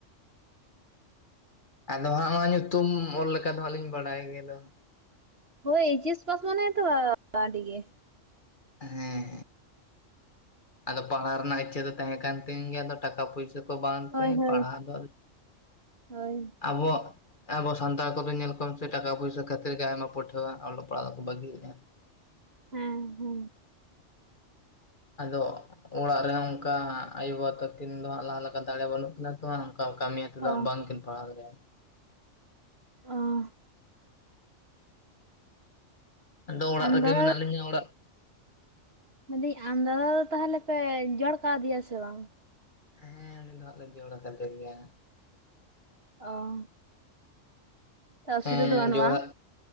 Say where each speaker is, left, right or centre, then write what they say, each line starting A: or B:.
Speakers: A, on the left (about 40°); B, on the right (about 50°).
A: ᱟᱫᱚ ᱦᱟᱸᱜ ᱦᱚᱸᱜ-ᱚᱭ ᱧᱩᱛᱩᱢ ᱚᱞ ᱞᱮᱠᱟ ᱫᱚ ᱦᱟᱸᱜ ᱞᱤᱧ ᱵᱟᱲᱟᱭ ᱜᱮ ᱫᱚ
B: ᱦᱳᱭ ᱮᱪᱮᱥ ᱯᱟᱥ ᱢᱟᱱᱮ ᱛᱚ ᱟᱹᱰᱤ ᱜᱮ
A: ᱦᱮᱸ, ᱟᱫᱚ ᱯᱟᱲᱦᱟᱣ ᱨᱮᱱᱟᱜ ᱤᱪᱪᱷᱟᱹ ᱫᱚ ᱛᱟᱦᱮᱸ ᱠᱟᱱ ᱛᱤᱧ ᱜᱮᱭᱟ ᱫᱚ ᱴᱟᱠᱟ ᱯᱩᱭᱥᱟᱹ <unintelligible> ᱠᱚ ᱵᱟᱝ
B: ᱦᱳᱭ
A: ᱛᱮ
B: ᱦᱳᱭ
A: ᱯᱟᱲᱦᱟᱣ ᱫᱚ
B: ᱦᱳᱭ
A: ᱟᱵᱚᱣᱟᱜ ᱟᱵᱚ ᱥᱟᱱᱛᱟᱲ ᱠᱚ ᱫᱚ ᱧᱮᱞ ᱠᱚᱢ ᱥᱮ ᱴᱟᱠᱟ ᱯᱩᱭᱥᱟᱹ ᱠᱷᱟᱹᱛᱤᱨ ᱜᱮ ᱟᱭᱢᱟ ᱯᱟᱹᱴᱷᱩᱣᱟᱹ ᱦᱟᱸᱜ ᱚᱞᱚᱜ ᱯᱟᱲᱦᱟᱜ ᱫᱚᱠᱚ ᱵᱟᱹᱜᱤᱭ ᱫᱟ
B: ᱦᱮᱸ ᱦᱩᱢ᱾
A: ᱟᱫᱚ ᱚᱲᱟᱜ ᱨᱮᱦᱚᱸ ᱚᱝᱠᱟ ᱟᱭᱳᱼᱵᱟᱵᱟ ᱛᱟᱹᱠᱤᱱ ᱫᱚ ᱦᱟᱸᱜ ᱞᱟᱦᱟ ᱞᱮᱠᱟ ᱫᱟᱲᱮ ᱵᱟᱹᱱᱩᱜ ᱠᱤᱱᱟ᱾ ᱛᱚ ᱦᱟᱸᱜ ᱚᱱᱠᱟ ᱠᱟᱹᱢᱤᱭᱟ ᱛᱮᱫᱚ
B: ᱚ
A: ᱵᱟᱝᱠᱤᱱ ᱯᱟᱲᱦᱟᱣ ᱫᱟᱲᱮᱭᱟᱢ
B: ᱚᱸ᱾
A: ᱟᱫᱚ ᱚᱲᱟᱜ
B: ᱟᱢ
A: ᱨᱮᱜᱮ
B: ᱫᱟᱫᱟ
A: ᱢᱮᱱᱟᱜ ᱞᱤᱧᱟᱹ ᱚᱲᱟᱜ
B: ᱢᱮᱱᱫᱟᱹᱧ ᱟᱢ ᱫᱟᱫᱟ ᱫᱚ ᱛᱟᱦᱚᱞᱮ ᱯᱮ ᱡᱚᱲ ᱠᱟᱣᱫᱮᱭᱟ ᱥᱮ ᱵᱟᱝ
A: ᱦᱮᱸ ᱩᱱᱤ ᱫᱚ ᱦᱟᱸᱜ ᱞᱮ ᱡᱚᱲ ᱠᱟᱫᱮ ᱜᱮᱭᱟ
B: ᱚ᱾ ᱚᱥᱩᱵᱤᱫᱟ
A: ᱮᱸᱻ
B: ᱫᱚ ᱵᱟᱹᱱᱩᱜᱼᱟ
A: ᱡᱚᱲᱟᱜ